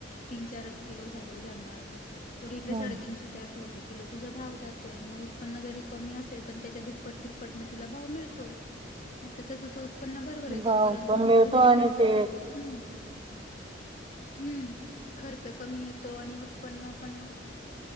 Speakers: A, on the left; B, on the right.
A: तीन चारच किलो झाले उदाहरणार्थ तर इकडे
B: हा
A: साडेतीशे चारशे रुपय किलो तुझा भाव जातोय म उत्पन्न जरी कमी असेल पण त्याच्या दुप्पट तिप्पटने तुला भाव मिळतो. <inaudible> मग त्याच तुझं उत्पन्न बरोबर
B: भाव
A: येतं परंतु
B: पण
A: मग
B: मिळतो
A: तुझीकडे
B: आणि
A: जास्त
B: ते
A: खर्च हू हू खर्च कमी येतो आणि उत्पन्न पण मग